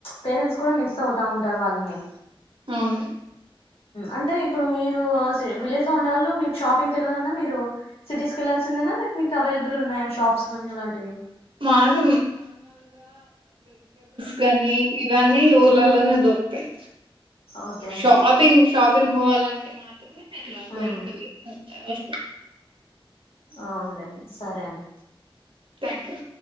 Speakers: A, on the left; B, on the right.
A: పేరెంట్స్ కూడా మిస్ అవుతా ఉంటారు వాళ్ళని
B: అవును
A: అంటే ఇప్పుడు మీరు విలేజ్ లో ఉండవాళ్ళు మీకు షాపింగ్కి వెళ్లాలన్నా మీరు సిటీస్ క వెళ్ళాల్సిందేనా మీకు అవైలబుల్ ఉన్నాయా షాప్స్ కానీ అలాంటివి
B: మాకు కాని ఇవన్నీ ఊళ్లలోనే దొరుకుతాయి
A: ఓకే అండి
B: షాపింగ్ షాపింగ్ పోవాలంటే మా లా
A: మ్మ్
B: బయటికి వెళ్ళి వాస్
A: అవునులేండి సరే అండి
B: థ్యాంక్ యూ